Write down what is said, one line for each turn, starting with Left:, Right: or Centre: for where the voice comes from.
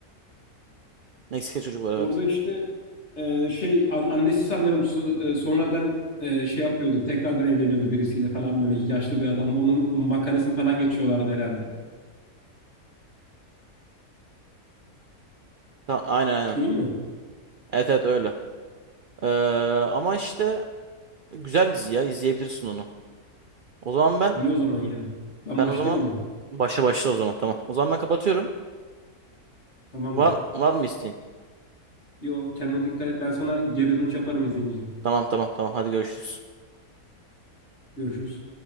Right: Meksika çocuk var evet.
Left: Orada işte e, şey an- annesi sanırım su- e, sonradan e, şey yapıyordu. Tekrardan evleniyordu birisiyle falan böyle yaşlı bir adamla. Onun makarasını falan geçiyorlardı herhalde.
Right: Tamam, aynen aynen.
Left: Değil mi?
Right: Evet evet öyle. Ee, ama işte güzel dizi ya izleyebilirsin onu. O zaman ben
Left: İyi o zaman ya. Ben
Right: ben
Left: başlayayım
Right: o zaman
Left: ona.
Right: başla başla o zaman tamam. O zaman ben kapatıyorum.
Left: Tamamdır.
Right: Var var mı isteğin?
Left: Yo kendine dikkat et. Ben sana geri dönüş yaparım izleyince.
Right: Tamam tamam tamam hadi görüşürüz.
Left: Görüşürüz.